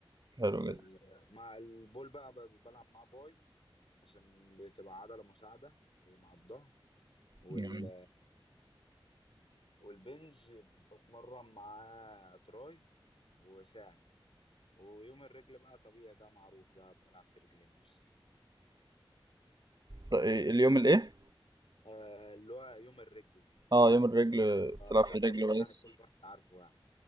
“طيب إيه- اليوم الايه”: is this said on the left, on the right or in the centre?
Right